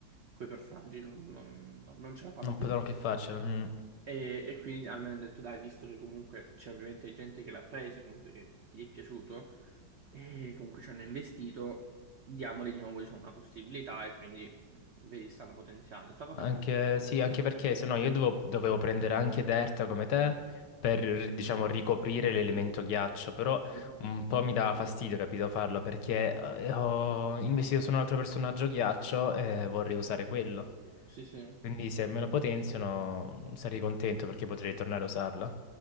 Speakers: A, on the right; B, on the left.
A: quei personaggi non, non- no, non ce la fanno
B: Non
A: più.
B: potevano più farcela. mm.
A: E, e quindi almeno hanno detto, dai, visto che comunque c'è ovviamente gente che l'ha preso, comunque che gli è piaciuto, E comunque ci hanno investito, diamole di nuovo, diciamo, una possibilità e quindi mh, vedi, stanno potenziando. Sta cosa
B: Anche,
A: è molto bella.
B: sì, anche perché se no io dovevo, dovevo prendere anche Derta come te per, diciamo, ricoprire l'elemento ghiaccio, però
A: Mhm.
B: un po' mi dava fastidio, capito, farlo, perché eh, ho investito su un altro personaggio ghiaccio e vorrei usare quello.
A: Sì, sì.
B: Quindi se me lo potenziano sarei contento perché potrei tornare a usarla.